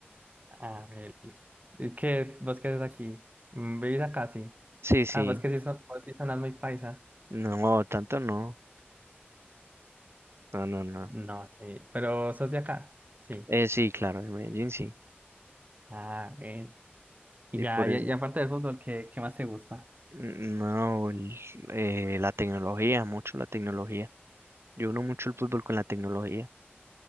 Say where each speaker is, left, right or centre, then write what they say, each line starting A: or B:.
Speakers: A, on the right (about 40°); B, on the right (about 85°).
A: Ah, el- ¿qué? ¿Vos qué haces aquí? Mm, ¿Vivís acá? Sí.
B: Sí, sí.
A: Ah, vos que sí son, vos sí sonás muy paisa.
B: No, tanto no. No, no, no.
A: No, sí. Pero sos de acá. Sí.
B: Eh, sí, claro, de Medellín sí.
A: Ah, bien. Y
B: Y
A: ya,
B: por
A: y,
B: eso,
A: y aparte del fútbol, ¿qué, qué más te gusta?
B: mm, no, el- eh, la tecnología, mucho la tecnología. Yo uno mucho el fútbol con la tecnología.